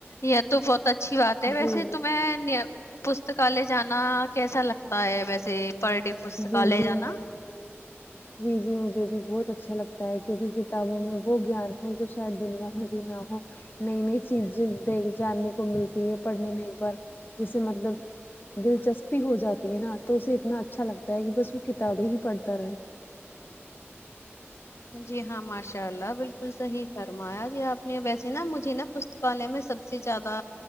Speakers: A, on the left; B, on the left.
A: یا تو بہت اچھی بات ہے ویسےتو
B: جی جی
A: میں انڈیا ک پستکالے جانا کیسا لگتا ہے ویسے پر ڈے پستکالیہ
B: جی جی
A: جانا
B: جی جی مجھے بھی بہت اچھا لگتا ہے کیونکہ کتابوں میں وہ گیان ہے جو شاید دنیا میں بھی نہ ہو نئی نئی چیزیں دیکھ جاننے کو ملتی ہے پڑھنے میں ایک بار جیسے مطلب دلچسپی ہو جاتی ہے نا تو اسے اتنا اچھا لگتا ہے کہ بس وہ کتابیں ہی پڑھتا رہیں
A: جی ہاں ماشاء اللہ بالکل صحیح فرمایا جی آپ نے ویسے نا مجھے نا پوست کالے میں سب سے زیادہ